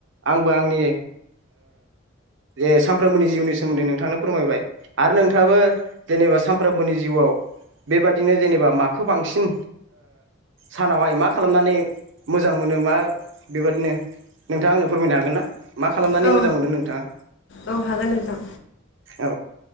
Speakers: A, on the right; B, on the left.
A: आंबो आंनि जे सानफ्रोमबोनि जिउनि सोमोन्दै नोंथांनो फोरमायबाय आरो नोंथाङाबो जेनेबा सानफ्रोमबोनि जिउआव बेबादिनो जेनेबा माखो खौ बांसिन सानावहाय मा खालामनानै मोजां मोनो मा बेबादिनो नोंथाङा आंनो फोरमायनो हागोन ना मा खालामनानै
B: औ
A: मोजां मोनो नोंथाङा
B: औ हागोन नोंथां
A: औ